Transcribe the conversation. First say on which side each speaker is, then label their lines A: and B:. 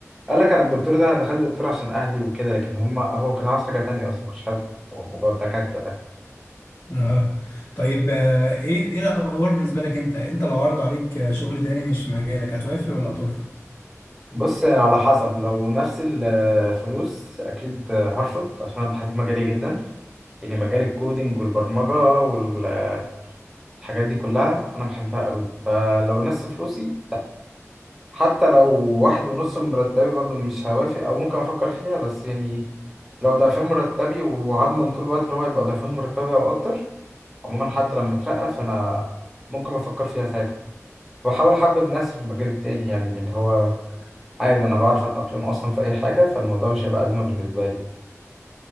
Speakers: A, in the centre; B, on the left.
A: قال لك انا الدكتور ده انا دخلت دكتور عشان اهلي وكده لكن هم هو كان عاوز حاجه تانية اصلا كنت حابب موضوع الدكاتره ده
B: آه. طيب آه، ايه ايه الاخبار بالنسبة لك انت انت لو عرضوا عليك آه، شغل تاني مش في مجالك هتوافق ولا هترفض
A: بص على حسب لو نفس الفلوس اكيد هرفض عشان انا بحب مجالي جدا يعني مجال الكودينج والبرمجه والحاجات دي كلها انا بحبها قوي فلو نفس فلوسي حتى لو واحد ونص من مرتبي برضو مش هوافق او ممكن افكر فيها بس يعني لو ضعفين مرتبي وهضمن طول الوقت اللي هو هيبقى ضعفين مرتبي او اكتر عموما حتى لما اترقى فانا ممكن افكر فيها ساعتها واحاول احبب نفسي في المجال التاني يعني اللي هو عادي انا بعرف اتاقلم اصلا في اي حاجه فالموضوع مش هيبقى ازمه بالنسبه لي